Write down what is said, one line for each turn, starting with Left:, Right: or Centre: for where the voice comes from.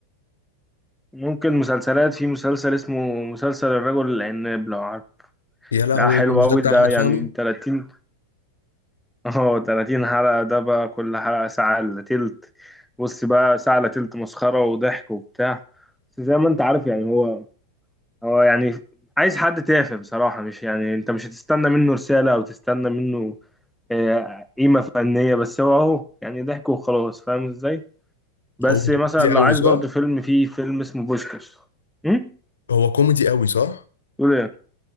Centre: ممكن مسلسلات في مسلسل اسمه مسلسل الرجل العناب لو عارف
Left: يا لهوي
Centre: ده حلو
Left: مش
Centre: قوي
Left: ده بتاع
Centre: ده
Left: احمد
Centre: يعني
Left: فهمي
Centre: 30 اه 30 حلقة ده بقى كل حلقة ساعة الا تلت بص بقى ساعة الا تلت مسخرة وضحك وبتاع بس زي ما انت عارف يعني هو هو يعني عايز حد تافه بصراحة مش يعني انت مش هتستنى منه رسالة او تستنى منه آه، قيمة فنية بس هو اهو يعني ضحك وخلاص فاهم ازاي بس
Left: هو كوميدي
Centre: مثلا لو
Left: قوي
Centre: عايز
Left: صح
Centre: برضو فيلم فيه فيلم اسمه بوشكاش امم
Left: هو كوميدي قوي صح
Centre: تقول ايه